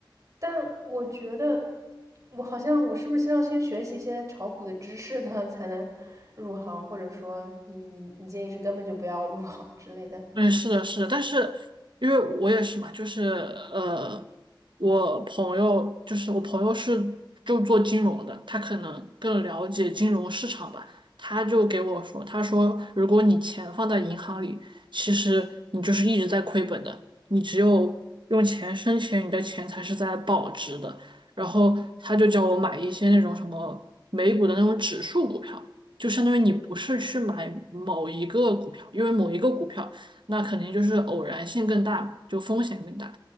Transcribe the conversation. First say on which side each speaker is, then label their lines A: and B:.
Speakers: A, on the right; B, on the right.
A: 但我觉得我好像我是不是先要先学习一些炒股的知识呢，<laughs> 才能入行，或者说你你你建议是根本就不要入行之类的。
B: 嗯，是的，是的，但是因为我也是嘛，就是呃，我朋友就是我朋友是就做金融的，他可能更了解金融市场吧，他就给我说，他说如果你钱放在银行里，其实你就是一直在亏本的，你只有用钱生钱，你的钱才是在保值的。然后他就叫我买一些那种什么美股的那种指数股票，就相当于你不是去买某一个股票，
A: 嗯。
B: 因为某一个股票。那肯定就是偶然性更大嘛，就风险更大。